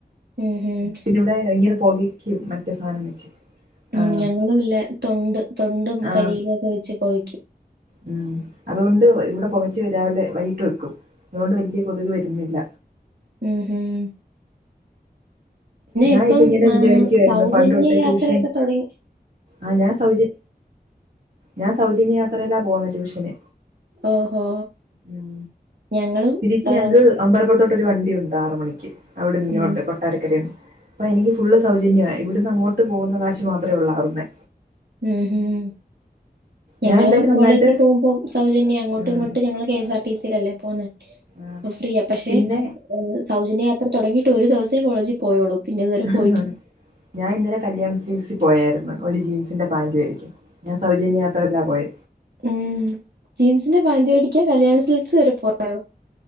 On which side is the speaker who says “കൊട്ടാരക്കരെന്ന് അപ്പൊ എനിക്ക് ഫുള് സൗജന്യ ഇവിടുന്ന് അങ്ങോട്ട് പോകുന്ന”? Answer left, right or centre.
Right